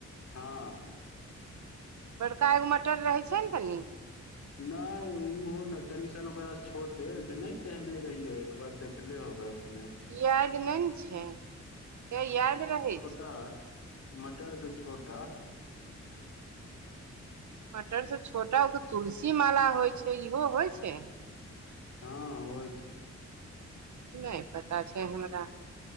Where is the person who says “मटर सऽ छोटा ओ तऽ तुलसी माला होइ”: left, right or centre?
Right